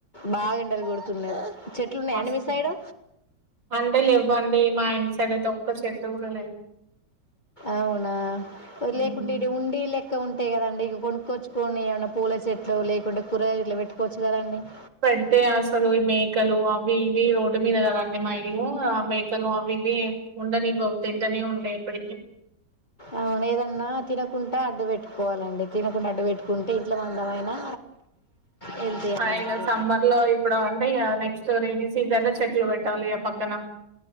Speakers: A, on the left; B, on the right.
A: బాగా ఎండలు కొడుతున్నయి చెట్లున్నాయాడి
B: మస్తు
A: మీ సైడు
B: అంటే లేవ్వండి మా ఇంటి సైడ్ అయితే ఒక్క చెట్టు కూడా లేదు
A: అవునా లేకుంటే
B: ఉమ్.
A: ఇడ ఉండీ లెక్క ఉంటాయి కదండీ లెక్క కొనుక్కొచ్చుకని ఏమనా పూల చెట్లు లేకుంటే కూరగాయలు ఇట్లా పెట్టుకోవచ్చు కదండి
B: పెడితే అసలు ఈ మేకలు అవి ఇవి రోడ్ మీద కదాండి మైలు ఆ మేకలు అవి ఇవి ఉండనివ్వవు తింటనే ఉంటాయి ఎప్పటికీ
A: అవును ఏదన్నా తినకుండా అడ్డు పెట్టుకోవాలండి తినకుండా అడ్డు పెట్టుకుంటే ఇంట్లో మందమైనా వెళ్తాయి అన్నట్టు
B: యిన సమ్మర్ లో ఇప్పుడు అంటే నెక్స్ట్ రైని సీజన్ లో చెట్ చెట్టు పెట్టాలి ఆ పక్కన